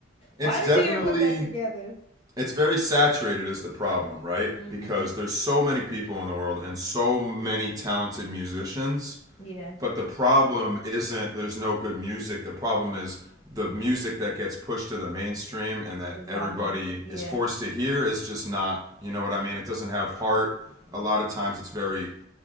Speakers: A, on the right; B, on the left.
A: It's
B: why did
A: definitely
B: you even put that together?
A: it's very saturated is the problem, right?
B: Mm-hmm.
A: Because there's so many people in the world and so many talented musicians,
B: Yeah.
A: but the problem isn't there's no good music. The problem is the music that gets pushed to the mainstream and that
B: It's awful.
A: everybody
B: Yeah.
A: is forced to hear is just not, you know what I mean? It doesn't have heart. A lot of times it's very